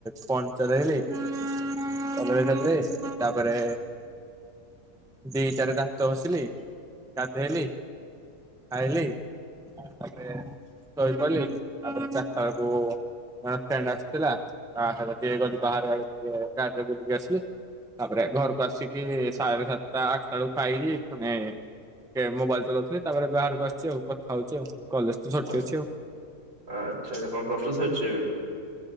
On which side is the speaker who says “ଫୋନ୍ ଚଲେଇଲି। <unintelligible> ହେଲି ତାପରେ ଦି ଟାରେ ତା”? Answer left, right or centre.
Centre